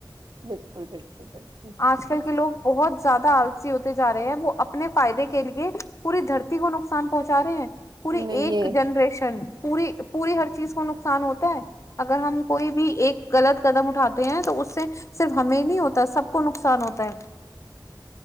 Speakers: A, on the right (about 60°); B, on the left (about 35°).
A: بالکل بالکل بالکل
B: آج کل کے لوگ بہت زیادہ آلسی ہوتے جا رہے ہیں وہ اپنے فائدے کے لیے پوری دھرتی کو نقصان پہنچا رہے ہیں پوری
A: نہیں
B: ایک
A: یہ
B: جنریشن پوری پوری ہر چیز کو نقصان ہوتا ہے اگر ہم کوئی بھی ایک غلط قدم اٹھاتے ہیں تو اس سے صرف ہمیں نہیں ہوتا سب کو نقصان ہوتا ہے